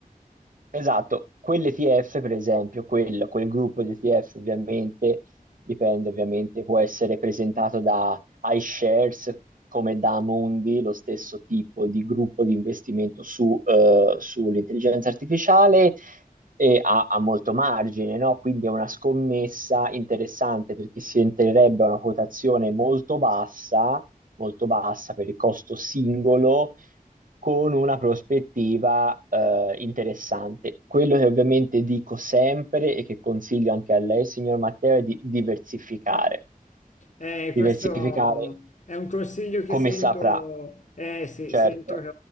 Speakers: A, on the right (about 65°); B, on the left (about 55°).
A: Esatto, quell'ETF per esempio, quel, quel gruppo di ETF ovviamente, dipende ovviamente, può essere presentato da iShares come da Amundi, lo stesso tipo di gruppo di investimento su, eh, sull'intelligenza artificiale e ha, ha molto margine, no? Quindi è una scommessa interessante perché si entrerebbe a una quotazione molto bassa, molto bassa per il costo singolo con una prospettiva eh, interessante. Quello che ovviamente dico sempre e che consiglio anche a lei, signor Matteo, è di diversificare.
B: Eh, questo
A: Diversificare
B: è un consiglio che
A: come
B: sento,
A: saprà,
B: eh, sì,
A: certo,
B: sento